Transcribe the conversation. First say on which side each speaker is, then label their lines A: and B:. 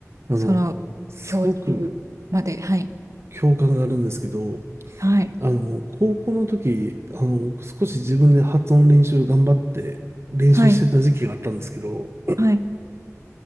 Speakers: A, on the right; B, on the right.
A: あの、
B: その、
A: すごく
B: 小中まで。はい。
A: 共感があるんですけど、
B: はい。
A: あの、高校の時、あの、少し自分で発音練習頑張って練習してた時期があったんですけど、
B: はい。はい。